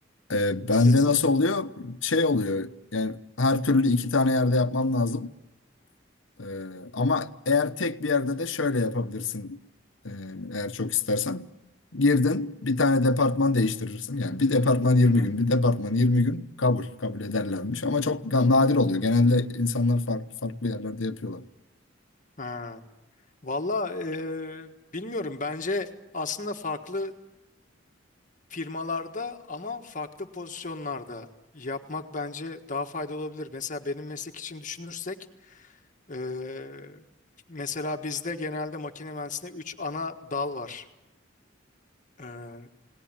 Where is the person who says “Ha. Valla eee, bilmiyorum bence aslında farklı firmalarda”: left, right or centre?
Left